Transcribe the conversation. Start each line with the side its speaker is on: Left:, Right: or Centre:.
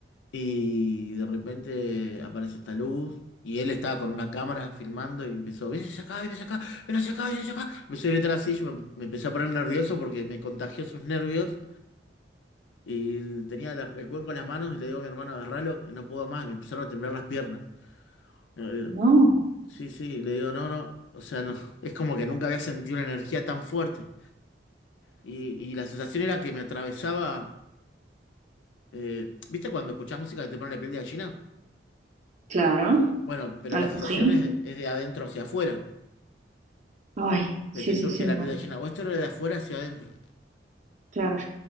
Left: Y de repente aparece esta luz y él estaba con una cámara filmando y empezó, ven hacia acá, ven hacia acá, ven hacia acá, ven hacia acá. Empezó a gritar así, yo me, me empecé a poner nervioso porque me contagió sus nervios. Y l- tenía la- el cuenco en las manos y le digo a mi hermano, agarralo, que no puedo más, me empezaron a temblar las piernas. Eh,
Right: No.
Left: sí, sí, le digo, no, no, o sea, no, <laughs> es como que nunca había sentido una energía tan fuerte. Y, y la sensación era que me atravesaba, eh, ¿viste cuando escuchás música que te pone la piel de gallina?
Right: Claro,
Left: Bueno, pero
Right: algo
Left: la sensación
Right: así.
Left: es, es de adentro hacia afuera,
Right: Ay, sí,
Left: que te
Right: sí,
Left: surge
Right: sí, me-
Left: la piel de gallina, o esto era de afuera hacia adentro.
Right: claro.